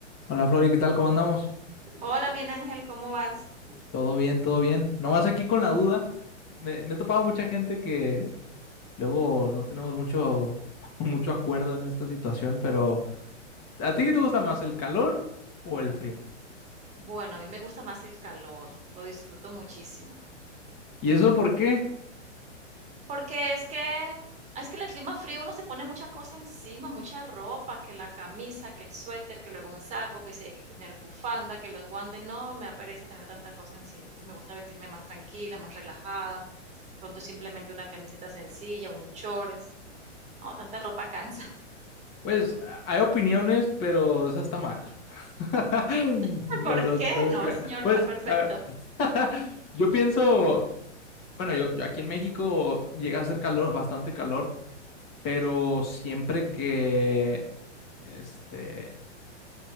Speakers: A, on the left (about 35°); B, on the right (about 20°).
A: Hola Flori, ¿qué tal? ¿Cómo andamos?
B: Hola, bien Ángel, ¿cómo vas?
A: Todo bien, todo bien. Nomás aquí con la duda. Me, me he topado mucha gente que luego no tenemos mucho, <laughs> mucho acuerdo en esta situación, pero ¿a ti qué te gusta más, el calor o el frío?
B: Bueno, a mí me gusta más el calor, lo disfruto muchísimo.
A: ¿Y eso por qué?
B: Porque es que, es que en el clima frío uno se pone mucha cosa encima, mucha ropa, que la camisa, que el suéter, que luego un saco, que si hay que tener bufanda, que los guantes, no, me da pereza tener tanta cosa encima. Entonces me gusta vestirme más tranquila, más relajada. Pronto simplemente una camiseta sencilla, unos shorts. No, tanta ropa cansa.
A: Pues a- hay opiniones, pero eso está mal. <laughs>
B: <laughs>
A: No,
B: ¿Por
A: no,
B: qué?
A: se no se
B: No,
A: crea.
B: señor,
A: Pues,
B: está perfecto.
A: a ver, <laughs> yo pienso, bueno, yo, yo aquí en México llega a hacer calor, bastante calor. pero siempre que, este,